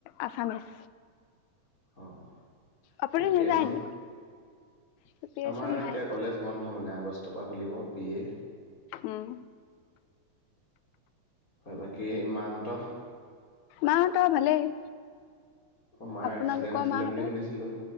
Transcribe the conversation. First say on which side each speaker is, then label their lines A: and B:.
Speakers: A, on the left; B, on the left.
A: আছামিছ।
B: অ',
A: আপুনি
B: প্ৰিপিৰেচন,
A: নাযায় নি প্ৰিপেৰেচন
B: আমাৰ
A: নাই
B: এতিয়া কলেজ বন্ধ মানে আগষ্টৰ পৰা খুলিব বি এ।
A: উম
B: বাকী মাহঁতৰ
A: মাহঁতৰ ভালেই।
B: মাৰ
A: আপোনালোকৰ
B: এক্সিডেণ্ট হৈছিলে
A: মাহঁতৰ
B: বুলি শুনিছিলোঁ।